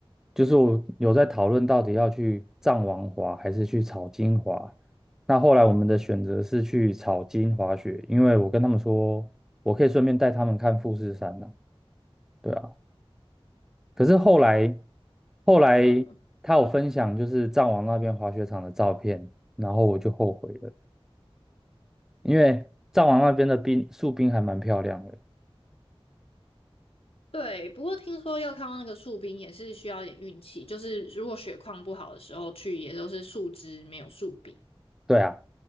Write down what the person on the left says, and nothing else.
嗯，
对。不过听说要看到那个树冰也是需要一点运气，就是如果血况不好的时候去，也都是树枝没有树冰。